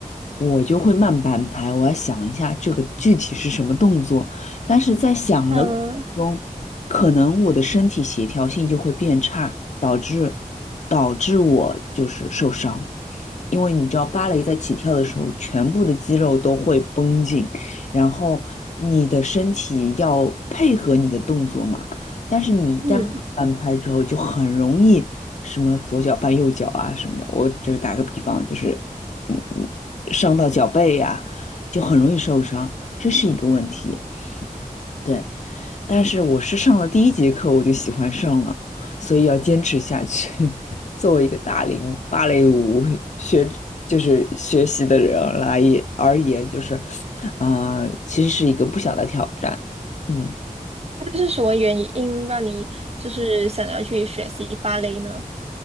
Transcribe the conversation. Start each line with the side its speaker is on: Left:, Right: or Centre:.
Left: 我就会慢半拍，我要想一下这个具体是什么动作，但是在想的。
Right: 嗯
Left: 中，可能我的身体协调性就会变差，导致导致我就是受伤。因为你知道，芭蕾在起跳的时候，全部的肌肉都会绷紧，然后你的身体要配合你的动作嘛。但是你一旦慢半拍之后，
Right: 嗯，
Left: 就很容易什么左脚绊右脚啊什么的。我只是打个比方，就是嗯嗯，伤到脚背呀、就很容易受伤，这是一个问题。对。但是我是上了第一节课我就喜欢上了，所以要坚持下去。<laughs> 作为一个大龄芭蕾舞学，就是学习的人来也而言，就是，啊、其实是一个不小的挑战。嗯，
Right: 那是什么原因让你就是想要去学习芭蕾呢？